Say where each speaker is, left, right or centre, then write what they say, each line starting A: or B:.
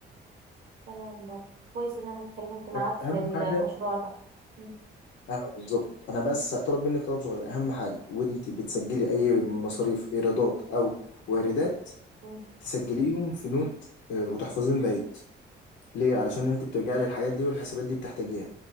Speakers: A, on the right; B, on the left.
A: تمام برضه كويس ان انا اتكلمت معاك
B: بس
A: في
B: اهم
A: المشروع
B: حاجه
A: ده مم.
B: اه بالظبط انا بس هطلب منك طلب صغير اهم حاجه وانت بتسجلي اي مصاريف ايرادات او واردات
A: مم.
B: تسجليهم في نوت آه، وتحفظيهم بايت ليه علشان انت بترجعي للحاجات دي والحسابات دي بتحتاجيها